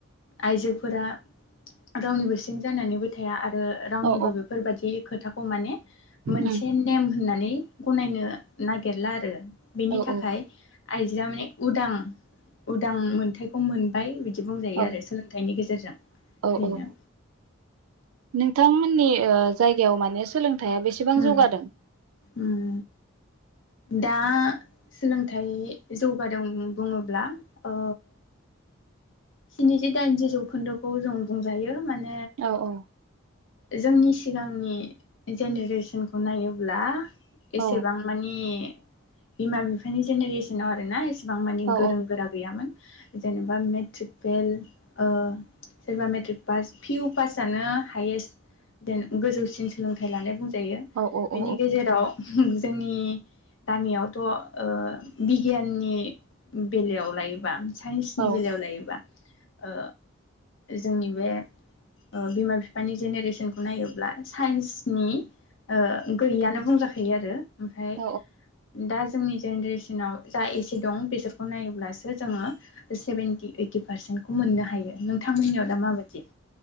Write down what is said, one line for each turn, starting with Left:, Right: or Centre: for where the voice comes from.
Left: आइजोफोरा रावनिबो सिं जानानैबो थाया आ रो रावनिबो
Right: औ
Left: बेफोर बायदि खोथाखौ माने। मोनसे
Right: उम
Left: नेम होननाय। नै गनायनो नागिरला आरो। बेनि
Right: औ
Left: थाखाय। आइजोआ माने उदां उदां मोनथखौ मोनबाय बिद बुंजायो
Right: औ
Left: आरो सोलोंथाइनि गेजेरजों। <unintelligible>
Right: औ
Left: बेनो।
Right: औ नोंथांमोननि ओ जायगायाव माने सोलों। थाइया बेसेबां
Left: उम
Right: जौगादों ।
Left: उम दा सोलोंथाइ जौगादों बुङोब्ला ओ स्निजि दाइनजि जौखोन्दोखौ जों बुंजायो माने
Right: औ औ।
Left: जोंनि सिगांनि जेनेरेसनखौ नायोब्ला।
Right: औ
Left: एसेबां मानि। बिमा बिफानि जेनेरेसनाव आरो ना एस बां मानि
Right: औ
Left: गोरों गोरा गैयामोन । जेनेबा मेट्रिक फेल ओ सोरबा मेट्रिक फास फिअ फासानो हायेस्ट। देन गोजौसिन सोलोंथाइ लानाय बुं जायो
Right: औ औ
Left: बेनि
Right: औ
Left: गेजेराव। हम जोंनि गामियावथ ओ बिगियाननि बेलायाव लायोबा। साइन्सनि
Right: औ
Left: बेलायाव लायोबा। ओ जोंनि बे ओ बिमा बिफानि जेनेरेसन <unintelligible> खौ नायोब्ला साइन्सनि। ओ गैयियानो बुंजाख थायो आरो। ओमफा
Right: औ
Left: दाज जोंनि जेनेरेसनाव जा एसे दं बिसोरखौ नायोब्लासो। जोङो सेबेन्थि ओइथ। बे फारसेन्टखौ मोननो हायो । नोंथां मोननियाव दा माबायदि?